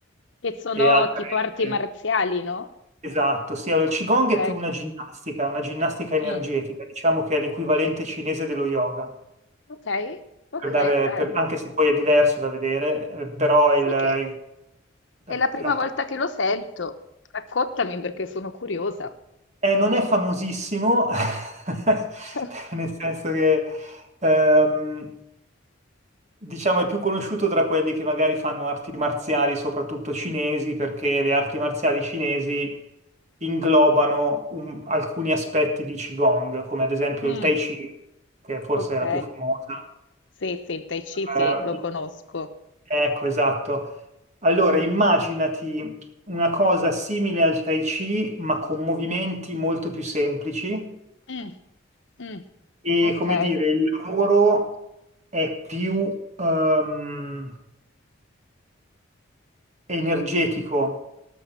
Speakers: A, on the left; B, on the right.
A: che sono
B: e altre.
A: tipo arti
B: eh,
A: marziali, no?
B: Esatto, sì, allora il Qigong
A: Ok,
B: è più una ginnastica, una ginnastica energetica,
A: mm,
B: diciamo che è l'equivalente cinese dello yoga,
A: ok. Ok,
B: per dare-
A: eh,
B: per- anche se poi è diverso da vedere, eh, però
A: Sai
B: il, il-
A: che è
B: la-
A: la prima
B: la-
A: volta che lo sento. Raccontami perché sono curiosa.
B: eh, non è famosissimo, <laughs>
A: <laughs>
B: nel senso che ehm, diciamo, è più conosciuto tra quelli che magari fanno arti marziali, soprattutto cinesi, perché le arti marziali cinesi inglobano un- alcuni aspetti di Qigong, come ad esempio
A: Mm,
B: il Tai Chi, che forse
A: Ok.
B: è la più famosa.
A: Sì, sì, il Tai Chi, sì,
B: Eh,
A: lo conosco.
B: ecco, esatto. Allora, immaginati una cosa simile al Tai Chi, ma con movimenti molto più semplici
A: mm, mm.
B: e,
A: Ok.
B: come dire, il lavoro è più, ehm, energetico